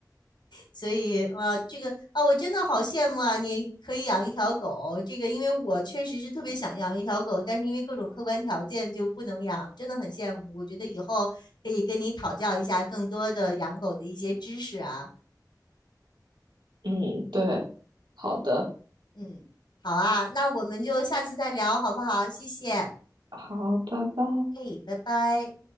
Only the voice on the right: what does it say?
嗯，对，好的，
好，拜拜。